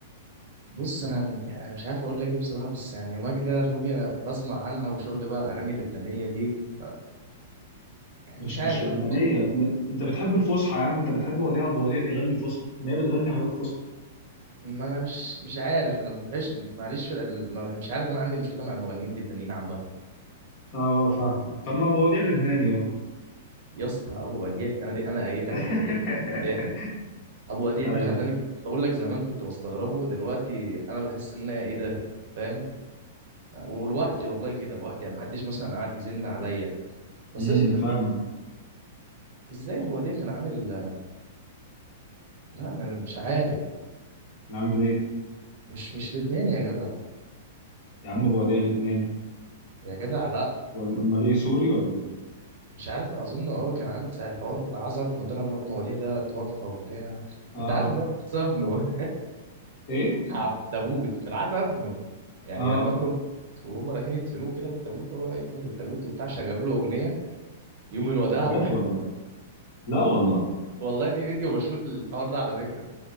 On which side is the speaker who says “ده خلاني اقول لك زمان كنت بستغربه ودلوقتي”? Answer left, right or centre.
Right